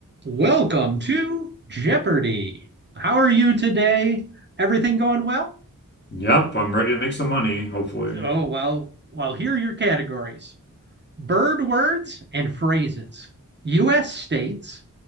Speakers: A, on the right; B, on the left.
A: Welcome to Jeopardy. How are you today? Everything going well?
B: Yep, I'm ready to make some money, hopefully.
A: Oh, well, well, here are your categories bird words and phrases, U.S. states.